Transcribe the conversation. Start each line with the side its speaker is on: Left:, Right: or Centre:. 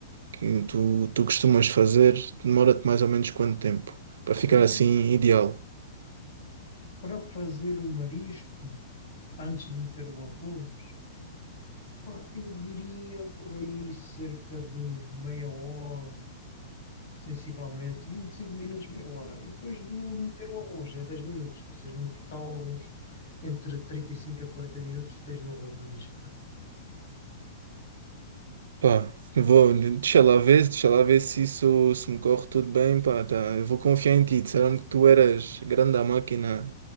Right: que tu, tu costumas fazer, demora-te mais ou menos quanto tempo? Para ficar
Left: é,
Right: assim ideal.
Left: para fazer o marisco, antes de meter o arroz, pá, eu diria por aí cerca de meia hora, sensivelmente, 25 minutos, meia hora. E depois do meter o arroz, é 10 minutos. Ou seja, no total, uns entre 35 a 40 minutos, tens um arroz de marisco feito.
Right: Pá, vou, deixa lá ver, deixa lá ver se isso se me corre tudo bem, pá, tá, eu vou confiar em ti. Disseram que tu eras grande à máquina